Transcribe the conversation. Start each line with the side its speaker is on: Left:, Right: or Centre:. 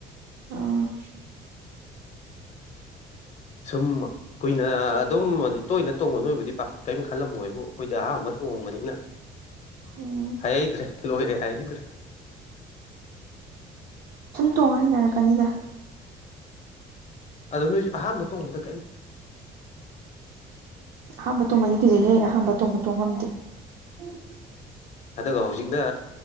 Right: ꯑ
Left: ꯁꯨꯝ ꯀꯨꯏꯅ ꯑꯗꯨꯝꯗꯤ ꯇꯣꯏꯅ ꯇꯣꯡꯕ ꯅꯣꯏꯕꯨꯗꯤ ꯄ ꯀꯔꯤꯝ ꯈꯜꯂꯝꯃꯣꯏ ꯍꯥꯏꯕꯨ ꯑꯩꯈꯣꯏꯗꯤ ꯑꯍꯥꯟꯕ ꯇꯣꯡꯕꯅꯤꯅ
Right: ꯎꯝ
Left: ꯍꯥꯏꯩꯗ꯭ꯔꯦ ꯂꯣꯏꯔꯦ ꯍꯥꯏꯩꯗ꯭ꯔꯦ
Right: ꯇꯣꯡ ꯍꯅꯔꯛꯀꯅꯤꯗ
Left: ꯑꯗꯣ ꯅꯣꯏ ꯑꯍꯥꯟꯕ ꯇꯣꯡꯗ
Right: ꯑꯍꯥꯝꯕ ꯇꯣꯡꯕꯗꯤ ꯀꯤꯖꯤꯛ ꯍꯦ ꯑꯍꯥꯝꯕꯇꯣꯡꯕ ꯇꯣꯡ ꯉꯝꯗꯦ ꯑꯣ
Left: ꯑꯗꯨꯒ ꯍꯧꯖꯤꯛꯅ